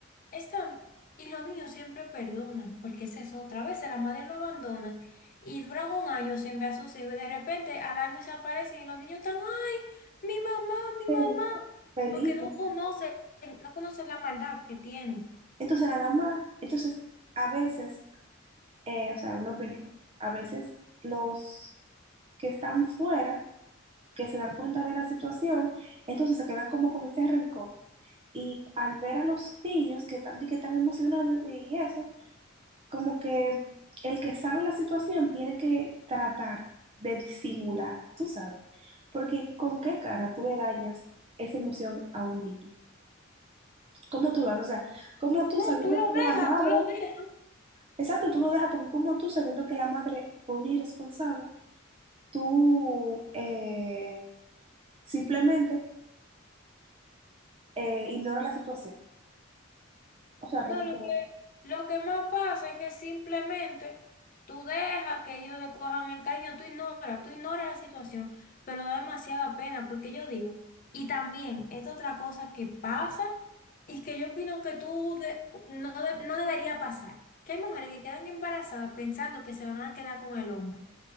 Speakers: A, on the left; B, on the right.
A: están, y los niños siempre perdonan, porque esa es eso, otra vez las madres lo abandonan y duran un año sin ver a sus hijos y de repente al año se aparecen y los niños están, ay, mi mamá, mi
B: Feliz,
A: mamá,
B: feliz.
A: porque no conocen, no conocen la maldad que tienen.
B: Entonces, nada más, entonces, a veces, eh, o sea, una opinión, a veces los que están fuera, que se dan cuenta de la situación, entonces se quedan como con ese rencor. Y al ver a los niños que están, que están emocionados y eso, como que el que sabe la situación tiene que tratar de disimular, tú sabes, porque con qué cara tú le dañas esa emoción a un niño. ¿Cómo tú lo haces? O sea, ¿cómo tú
A: No,
B: sabiendo
A: tú lo
B: que
A: dejas,
B: la madre...
A: tú lo dejas.
B: Exacto, tú lo dejas porque como tú, sabiendo que la madre fue una irresponsable, tú eh, simplemente eh, ignora la situación. O sea,
A: No,
B: como
A: lo
B: que
A: que, lo que más pasa es que simplemente tú dejas que ellos le cojan el caño, tú ignoras, tú ignoras la situación, pero da demasiada pena porque yo digo, y también es otra cosa que pasa y que yo opino que tú de- no, de- no debería pasar, que hay mujeres que quedan embarazadas pensando que se van a quedar con el hombre.